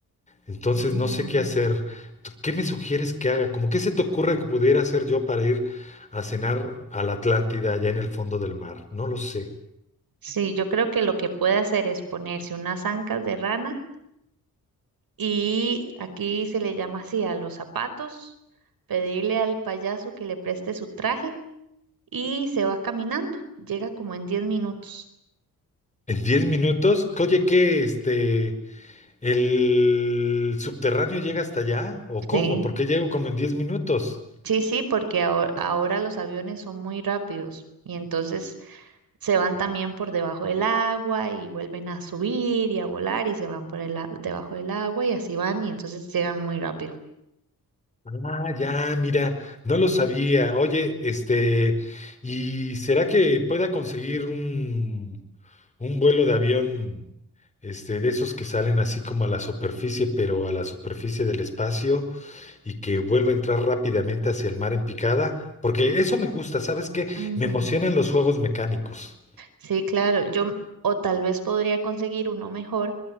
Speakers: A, on the left; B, on the right.
A: Entonces
B: mm.
A: no sé qué hacer. ¿Tú ¿Qué me sugieres que haga? ¿Cómo qué se te ocurre que pudiera hacer yo para ir a cenar a la Atlántida allá en el fondo del mar? No lo sé.
B: Sí, yo creo que lo que puede hacer es ponerse unas ancas de rana y aquí se le llama así a los zapatos, pedirle al payaso que le preste su traje y se va caminando. Llega como en 10 minutos.
A: En 10 minutos, oye, ¿qué este? ¿El subterráneo llega hasta allá? ¿O cómo?
B: Sí,
A: Porque llego como en 10 minutos.
B: sí, sí, porque aho- ahora, los aviones son muy rápidos y entonces se van también por debajo del agua y vuelven a subir y a volar y se van por el, a- debajo del agua y así van y entonces llegan muy rápido.
A: Ah, ya, mira, no lo sabía. Oye, este, ¿y será que pueda conseguir un, un vuelo de avión, este, de esos que salen así como a la superficie, pero a la superficie del espacio y que vuelva a entrar rápidamente hacia el mar en picada? Porque eso me gusta, ¿sabes qué?
B: Ujú.
A: Me emocionan los juegos mecánicos.
B: Sí, claro. Yo, o tal vez podría conseguir uno mejor